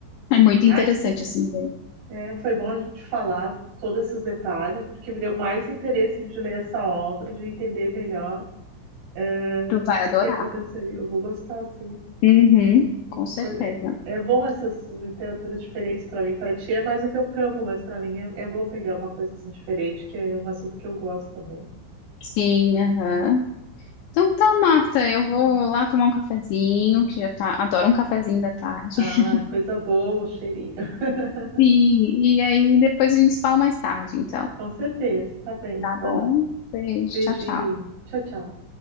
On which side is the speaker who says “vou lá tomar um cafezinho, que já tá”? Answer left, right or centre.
Left